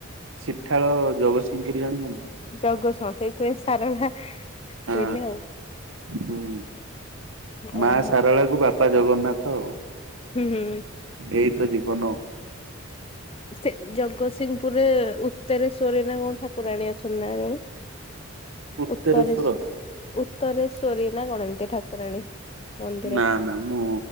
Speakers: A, on the right; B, on the left.
A: ସିଠାଳ ଜଗତସିଂହପୁର ଜାଣିନ କି।
B: ଜଗତସିଂହପୁର ସେଇଥି ପାଇଁ ସାରଳା
A: ହଁ
B: କହିଲେ ଆଉ।
A: ହୁଁ ମା
B: ଓହୋ।
A: ଶାରଳା କୁ ବାପା ଜଗନ୍ନାଥ। ଆଉ
B: ହୁଁ ହୁଁ
A: ଏଇ ତ ଜୀବନ ଆଉ।
B: ସେ ଜଗତସିଂହପୁରେ ଉତରେଶ୍ୱରି ନା କଣ ଠାକୁରାଣୀ ଅଛନ୍ତି ନା କଣ?
A: ଉତ୍ତରେଶ୍ଵର
B: ଉତ୍ତରେଶ୍ ଉତ୍ତରେଶ୍ଵରୀ ନା କଣ ଏମିତି ଠାକ୍ ଠାକୁରାଣୀ। ମନ୍ଦିର
A: ନା ନା ମୁଁ